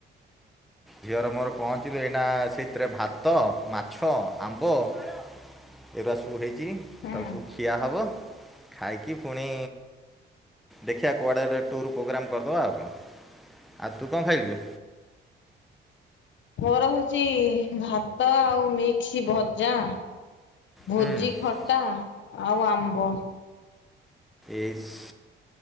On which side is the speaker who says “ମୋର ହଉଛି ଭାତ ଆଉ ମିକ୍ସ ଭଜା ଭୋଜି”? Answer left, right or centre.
Left